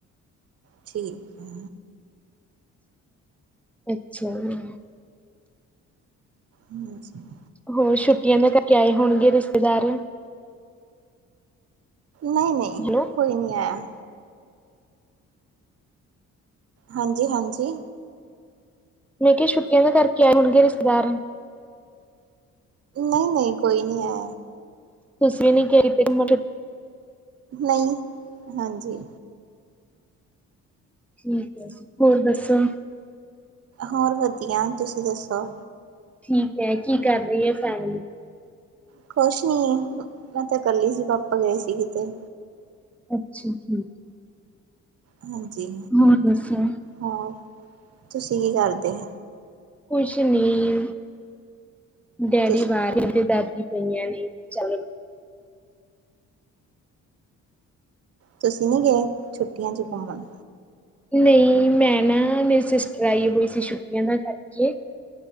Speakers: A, on the right; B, in the centre.
A: ਠੀਕ ਐ।
B: ਅੱਛਾ ਜੀ।
A: ਹਾਂਜੀ।
B: ਹੋਰ ਛੁੱਟੀਆਂ ਦਾ ਕਿਆ ਈ ਹੋਣਗੇ ਰਿਸ਼ਤੇਦਾਰ।
A: ਨਈ-ਨਈ
B: ਹੈਲੋ
A: ਕੋਈ ਨੀ ਆਇਆ। ਹਾਂਜੀ-ਹਾਂਜੀ।
B: ਮੈਂ ਕਿਹਾ ਛੁੱਟੀਆਂ ਦੇ ਕਰਕੇ ਆਏ ਹੋਣਗੇ ਰਿਸ਼ਤੇਦਾਰ।
A: ਨ‌ਈ-ਨ‌ਈ ਕੋਈ ਨੀ ਐ।
B: ਤੁਸੀ ਵੀ <unintelligible>
A: ਨ‌ਈ, ਹਾਂਜੀ।
B: ਠੀਕ ਐ ਜੀ, ਹੋਰ ਦੱਸੋ?
A: ਹੋਰ ਵਧੀਆ, ਤੁਸੀਂ ਦੱਸੋ?
B: ਠੀਕ ਐ, ਕੀ ਕਰ ਰੀ ਐ ਫੈਮਲੀ?
A: ਕੁਛ ਨੀ, ਮੈਂ ਤਾਂ ਕੱਲੀ ਸੀ ਪਾਪਾ ਗਏ ਸੀ ਕਿਤੇ।
B: ਅੱਛਾ ਠੀਕ
A: ਹਾਂਜੀ।
B: ਹੋਰ ਦੱਸੋ?
A: ਹੋਰ, ਤੁਸੀਂ ਕੀ ਕਰਦੇ?
B: ਕੁਛ ਨੀ, ਡੈਡੀ
A: ਤੁ
B: ਬਾਹਰ ਗਏ ਤੇ ਦਾਦੀ ਪਈਆ ਨੇ ਚੱਲ।
A: ਤੁਸੀਂ ਨੀ ਗਏ, ਛੁੱਟੀਆਂ ਚ ਘੁੰਮਣ?
B: ਨ‌ਈ ਮੈਂ ਨਾ ਮੇਰੀ ਸਿਸਟਰ ਆਈ ਹੋਈ ਸੀ ਛੁੱਟੀਆਂ ਦਾ ਕਰਕੇ